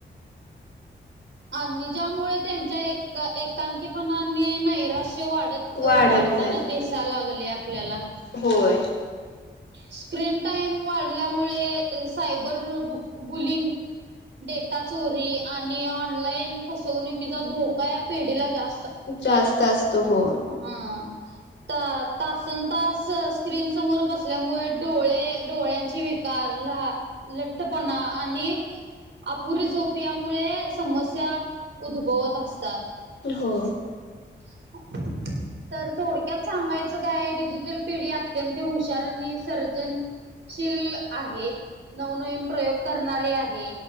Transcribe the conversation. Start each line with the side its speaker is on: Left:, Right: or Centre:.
Right: आणि ज्यामुळे त्यांच्या एक-एकांकीपणाने नैराश्य वाढ
Left: वाढत
Right: त वाढताना
Left: चाललंय.
Right: दिसाय लागले आपल्याला.
Left: होय.
Right: स्क्रीन टाइम वाढल्यामुळे सायबर बु बुलिंग डेटा चोरी आणि ऑनलाईन फसवणुकीचा धोका या पिढीला जा
Left: जास्त असतो हो.
Right: हा ता तासन-तास स्क्रीन समोर बस असल्यामुळे डोळे, डोळ्यांचे विकार ला लठठपणा आणि अपुरी झोप यामुळे समस्या उद्भवत असतात.
Left: हो.
Right: <inaudible> तर थोडक्यात सांगायचं काय डिजिटल पिढी अत्यंत हु शार आणि सर्जन शिल आहे नवनवीन प्रयोग करणारी आहे.